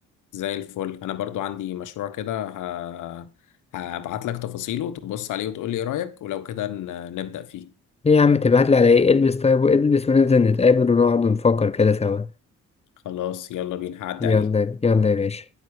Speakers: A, on the left; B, on the left.
A: زي الفل انا برضو عندي مشروع كده ه... هبعت لك تفاصيله تبص عليه وتقول لي ايه رأيك ولو كده ن- نبدأ فيه
B: ليه يا عم تبعتلي على إيه البس طيب والبس وننزل نتقابل ونقعد ونفكر كده سوا
A: خلاص يلا بينا هعدي
B: يلا
A: عليك
B: يلا يا باشا